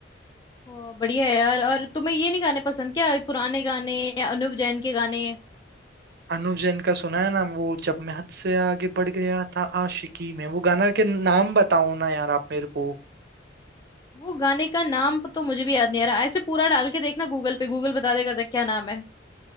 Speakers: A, on the left; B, on the right.
A: ओ बढ़िया है यार और तुम्हें ये नहीं गाने पसंद क्या पुराने गाने या अनुव जैन के गाने
B: अनुव जैन का सुना है ना वो जब मैं हद से आगे बढ़ गया था आशिकी में वो गाना के नाम बताओ ना यार आप मेरे को
A: वो गाने का नाम तो मुझे भी याद नहीं आ रहा ऐसे पूरा डाल के देखना गूगल पे गूगल बता देगा था क्या नाम है